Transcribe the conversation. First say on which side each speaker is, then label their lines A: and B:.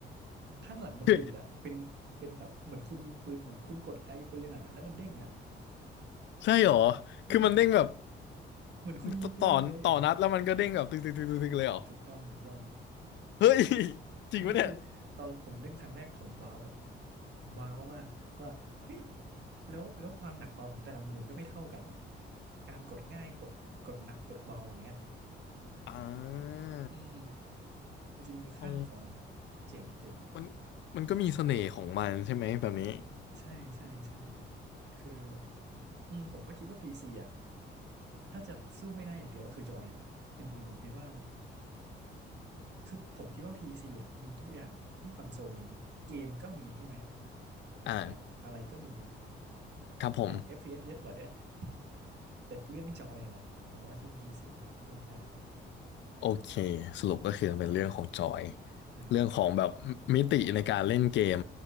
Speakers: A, on the right; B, on the left.
A: ข้างหลังมันดีดอ่ะเป็นเป็นแบบเหมือนคุณยิงปืนเหมือนคุณกดไกปืนอ่ะแล้วมันเด้งอ่ะ
B: คือใช่เหรอ
A: ใช่
B: คือมันเด้งแบบ
A: เหมือนคุณยิงปืนเลย
B: ตต่อต่อนัดแล้วมันก็เด้งแบบตึกตึกตึกตึกตึกเลยเหรอ
A: ถูกต้องถูกต้อง
B: เฮ้ยจริงปะเนี่ย
A: อันนี้คือตอนผมเล่นครั้งแรกผมว้าวแบบว้าวมากว่าเฮ้ยแล้วแล้วความหนักเบาของแต่ละมือก็ไม่เท่ากันแบบการกดง่ายกดกดหนักกดเบาอย่างเงี้ย
B: อ่า
A: อืมมันจะมีขั้นของมันอะเจ๋งเจ๋ง
B: เอามันมันก็มีเสน่ห์ของมันใช่ไหมแบบนี้
A: ใช่ใช่ใช่คืออืมผมก็คิดว่าพีซีอะถ้าจะสู้ไม่ได้อย่างเดียวก็คือจอยนั่นแหละอย่างอื่นผมคิดว่าคือผมคิดว่า PC อ่ะมีทุกอย่างที่คอนโซลมีเกมก็มีใช่ไหม
B: อ่า
A: แบบอะไรก็มี
B: ครับผม
A: แถม FPS เอสเยอะกว่าด้วย <laughs> แต่เรื่องจอยเนี่ยแหละ ผมว่าที่ PC อาจจะส่้ไม่ได้
B: โอเคสรุปก็คือเป็นเรื่องของจอย
A: อ่าฮะ
B: เรื่องของแบบมิติในการเล่นเกม